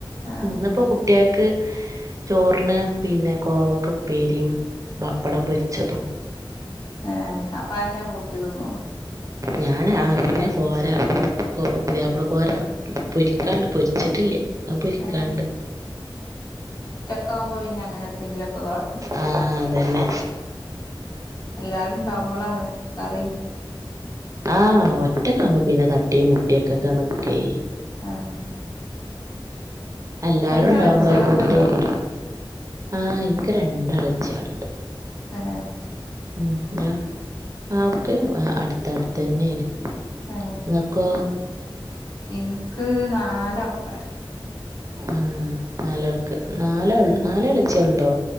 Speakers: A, on the left; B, on the right.
A: ഏ
B: ഇന്നപ്പോ കുട്ടികൾക്ക് - ചോറിന് പിന്നെ കോവക്ക ഉപ്പേരിയും പപ്പടം പൊരിച്ചതും-
A: ഏയെ അപ്പൊ അത് തന്നാ കൂട്ടി തിന്നു
B: ഞാന് ആ പിന്നെ കൊരാ കൊ പുതിയാപ്പിള കോര പൊരിക്കാണ്ട് പൊരിച്ചിട്ടില്ല അത് പൊരിക്കാണ്ട്
A: ഏ ഒറ്റയ്ക്കാവുമ്പൊ പിന്നെ അങ്ങനെ എന്തെങ്കിലും ഒക്കെ കാട്ടും
B: ആഹ് അത് തന്നെ
A: എല്ലാരും ഉണ്ടാവകുമ്പോളാണ് കറിയും-
B: ആഹ് ഒറ്റക്ക്‌ ആവുമ്പോ പിന്നെ തട്ടിം മുട്ടിയൊക്കെ നിക്കേ
A: ആ
B: എല്ലാരും
A: ഞങ്ങക്ക്
B: ഉണ്ടാവുമ്പോ
A: ഇളച്ചികളൊക്കെ
B: ഫുഡും
A: ഉണ്ടോ
B: ഒണ്ട് ആ എനിക്ക് രണ്ട് എളയിച്ചികള് ഉണ്ട്
A: ആഹ്
B: ഉം ഞാൻ ആ ഒക്കെയും അടുത്തടുത്ത് തന്നെയാണ്
A: ആഹ്
B: ഇങ്ങക്കൊ
A: എനിക്ക് നാലാ ആൾക്കാര്
B: ആഹ് നാലാൾക്കാര് നാല്
A: ഉം
B: എളയച്ചി കളുണ്ടോ